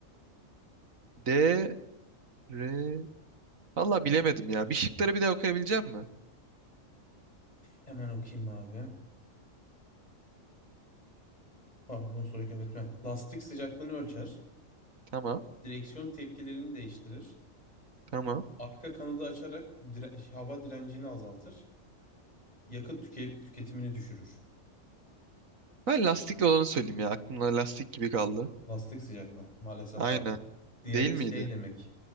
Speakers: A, on the right; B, on the left.
A: D, R... Valla bilemedim ya. Bir şıkları bir daha okuyabilecek mi?
B: Hemen okuyayım abi. Pardon soruyu kaybetme. Lastik sıcaklığını ölçer.
A: Tamam,
B: Direksiyon tepkilerini değiştirir.
A: tamam.
B: Arka kanadı açarak dire- hava direncini azaltır. Yakıt tüke- tüketimini düşürür.
A: Ben lastikli olanı söyleyeyim ya. Aklımda lastik gibi kaldı.
B: Lastik sıcaklığı maalesef
A: Aynen.
B: abi. DRS
A: Değil miydi?
B: şey demek.